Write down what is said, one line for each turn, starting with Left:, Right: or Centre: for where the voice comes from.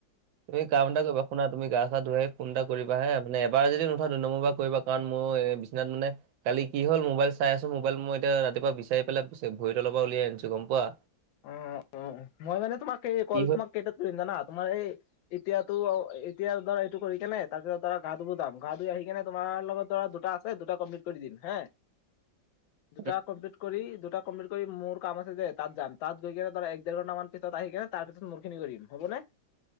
Right: তুমি কাম এটা কৰিবা শুনা তুমি গা চা ধুই আহি ফোন এটা কৰিবা হে মানে এবাৰ যদি নুঠাও দুই নম্বৰ বাৰ কৰিবা কাৰণ মোৰ বিচনাত মানে কালি কি হল মোবাইল চাই আছো মোবাইল মই এতিয়া ৰাতিপুৱা বিচাৰি পেলাই ভৰি তলৰ পৰা উলিয়াই আনিছো গম পোৱা।
Left: অ অ মই মানে তোমাক এই কল
Right: কি হ'ল
Left: তোমাক কেইটাত কৰিম জানা তোমাৰ এই এতিয়াতো এতিয়া ধৰা এইটো কৰি কেনে তাৰপিছত ধৰা গা ধুব যায গা ধুই আহি কিনে তোমাৰ লগত ধৰা দুটা দুটা কমপ্লিট কৰি দিম হে।
Right: <inaudible>
Left: দুটা কমপ্লিট কৰি দুটা কমপ্লিট কৰি মোৰ কাম আছে যে তাত যাম। তাত গৈ কিনে ধৰা এক দেৰ ঘণ্টামান পিছত আহি কেনে তাৰপিছ মোৰ খিনি কৰিম হবনে?